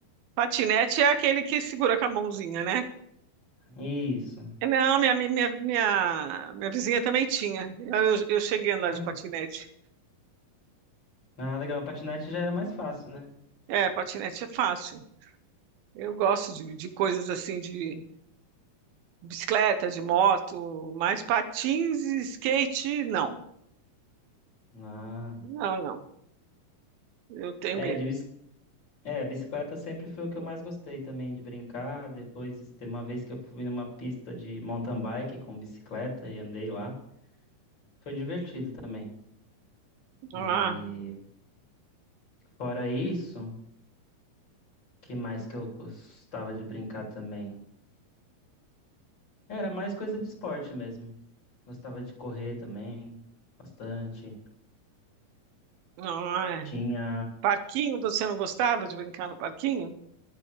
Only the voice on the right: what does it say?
Patinete é aquele que segura com a mãozinha, né?
Não, minha, minha, minha, minha vizinha também tinha. Eu, eu cheguei a andar
de patinete.
É, patinete é fácil. Eu gosto de, de coisas assim, de bicicleta, de moto, mas patins e skate, não.
Não, não. Eu tenho
medo.
Ah,
ah, é.
Parquinho, você não gostava de brincar no parquinho?